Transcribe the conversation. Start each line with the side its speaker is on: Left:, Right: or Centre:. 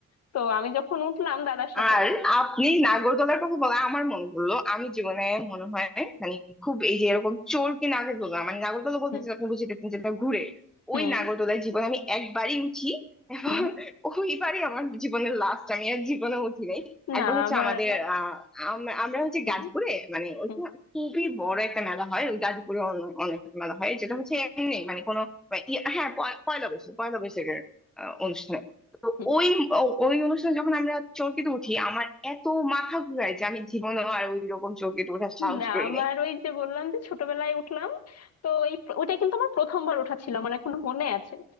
Left: তো আমি যখন উঠলাম দাদার সাথে
Centre: আর আপনি নাগরদোলার কথা বলা আমার মনে পড়লো আমি জীবনে মনে হয় মানে খুব এই যে এরকম চরকি নাগরদোলা মানে নাগরদোলা বলতে
Left: হুম
Centre: যেটা আপনি বুঝিতেছেন যেটা ঘুরে
Left: হুম
Centre: ওই নাগরদোলায় জীবনে আমি একবারই উঠি এবং
Left: হুম
Centre: ওইবারই আমার জীবনের লাস্ট আমি আর জীবনে উঠি নাই
Left: না
Centre: একবার হচ্ছে
Left: আমার
Centre: আমাদের আহ আম- আমরা হচ্ছে
Left: হুম
Centre: গাজীপুরে মানে ওইখানে
Left: হুম
Centre: খুবই বড় একটা মেলা হয় ওই গাজীপুরে অনে- অনেক মেলা হয় যেটা হচ্ছে এমনি মানে কোনো ইয়ে- হ্যাঁ পয়- পয়লা বৈশাখ পয়লা বৈশাখের আহ, অনুষ্ঠানে তো
Left: হুম
Centre: ওই ও- ওই অনুষ্ঠানে যখন আমরা চরকিতে উঠি আমার এত মাথা ঘুরায় যে আমি জীবনে আর ওই রকম চরকিতে ওঠার সাহস
Left: না
Centre: করি
Left: আমার
Centre: নাই
Left: ওই যে বললাম যে ছোটবেলায় উঠলাম তো ওই প্র- ওটা কিন্তু আমার প্রথমবার ওঠা ছিল আমার এখনো মনে আছে